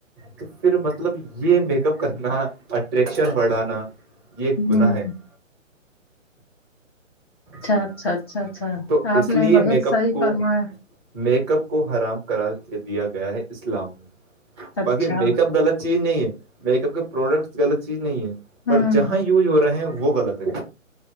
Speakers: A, on the right; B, on the left.
A: تو پھر مطلب یہ میک اپ کرنا اٹریکشن بڑھانا <unintelligible> یہ ایک گنااہ
B: ہوں
A: ہے <unintelligible>
B: اچھا
A: جی
B: اچھا اچھا اچھا
A: تو
B: آپ
A: اس لیے
B: نے بہت
A: میک اپ
B: صحیح
A: کو
B: فرمایا
A: میک اپ کو حرام کرار دیا گیا ہے اسلام میں
B: اچھا
A: باقی میک اپ غلط <unintelligible> چیز نہیں ہے میک اپ کے پروڈکٹس غلط چیز نہیں ہے بٹ
B: ہوں
A: جہاں یوز ہو رہے ہیں وہ غلط ہے